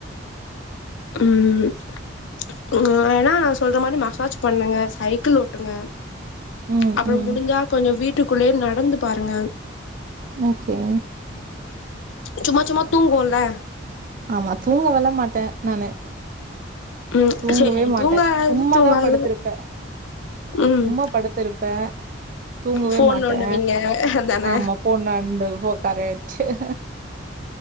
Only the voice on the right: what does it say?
ம்
ம்
ஓகே
ஆமா தூங்கவள மாட்டே நானு
தூங்கவே
மாட்டே
சும்மாதா
படுத்திருப்பே
சும்மா படுத்திருப்பே தூங்கவே
மாட்டே
ஆமா போண்டாண்டு போ கரேட்டு <inaudible>